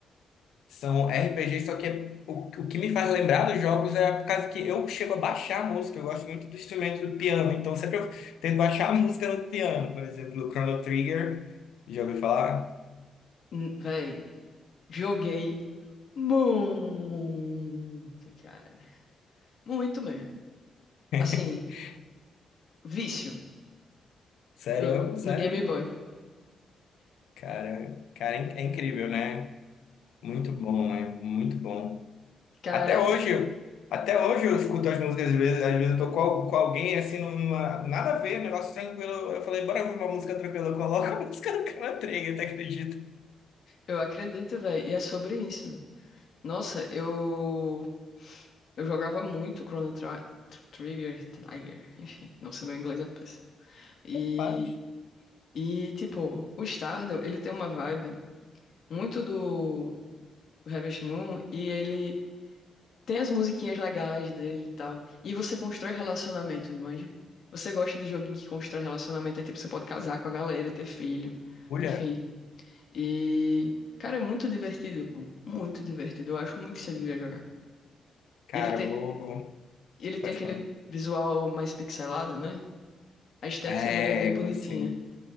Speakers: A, on the left; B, on the left.
A: São RPG, só que é- o, o que me faz lembrar dos jogos é por causa que eu chego a baixar a música, eu gosto muito do instrumento do piano, então sempre eu tento baixar a música no piano, por exemplo, o Chrono Trigger, já ouviu falar?
B: Hum, Véi, joguei muito, cara. Muito mesmo.
A: <laughs>
B: Assim, vício
A: Sério,
B: no,
A: sério?
B: no Game Boy.
A: Cara, cara, é in- é incrível, né? Muito bom, né? Muito bom.
B: Cara,
A: Até hoje, até hoje eu escuto as músicas, às vezes, às vezes eu tô com, al- com alguém assim, numa, nada a ver, um negócio tranquilo. Eu falei, bora ouvir uma música tranquila, coloca a <laughs> música do Chrono Trigger, tu acredita?
B: eu acredito, véi, e é sobre isso. Nossa, eu eu jogava muito Chrono Tri- Tr- Trigger, Trigger, enfim. Nossa, meu inglês é péssimo. E,
A: Faz.
B: e tipo, o Stardew, ele tem uma vibe muito do Harvest Moon e ele Tem as musiquinhas legais dele e tal. E você constrói relacionamentos, manja? Você gosta de joguinho que constrói relacionamento, aí tipo, você pode casar com a galera, ter filho,
A: Mulher,
B: enfim. E, cara, é muito divertido, pô. Muito divertido. Eu acho muito que você devia jogar.
A: cara,
B: E ele tem,
A: eu vou. vou-
B: e ele tem
A: Pode
B: aquele
A: falar.
B: visual mais pixelado, né? A estética
A: É,
B: dele é bem bonitinha.
A: assim.